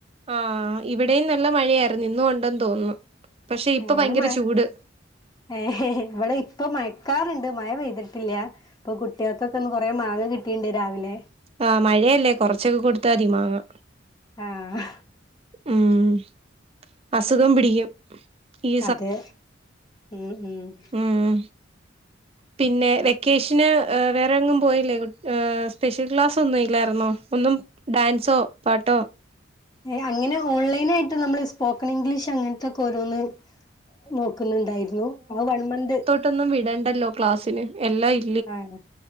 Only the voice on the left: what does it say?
ഇന്ന് മഴ
ഏഹ് ഇവടെപ്പൊ മയക്കാറ്ണ്ട് മഴ പെയ്തിട്ടില്ല ഇപ്പൊ കുട്ട്യോൾക്കൊക്കെ ഇന്ന് കൊറേ മാങ്ങ കിട്ട്ണ്ട് രാവിലെ
ആഹ്
അതെ ഹ്മ്മ് ഹ്മ്മ്
ഏഹ് അങ്ങനെ ഓൺലൈനായിട്ട് നമ്മള് സ്പോക്കൺ ഇംഗ്ലീഷ് അങ്ങൻത്തൊക്കെ ഓരോന്ന് നോക്കുന്നുണ്ടായിരുന്നു അത് വൺ മന്ത്
ആഹ്